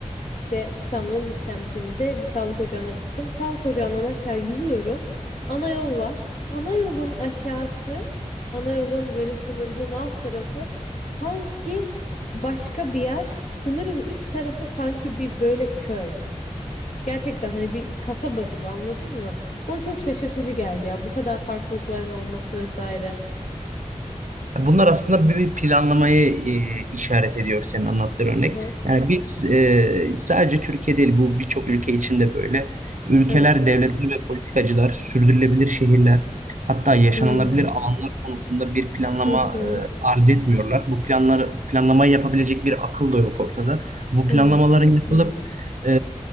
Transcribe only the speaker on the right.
Bunlar aslında bir bir planlamayı e, işaret ediyor senin anlattığın örnek.
Yani biz e, sadece Türkiye değil bu birçok ülke içinde böyle. Ülkeler,
devletler ve politikacılar sürdürülebilir şehirler hatta yaşanılabilir
alanlar konusunda bir planlama
e, arz etmiyorlar. Bu planları planlamayı yapabilecek bir akıl da yok ortada. Bu
planlamaların yapılıp
e,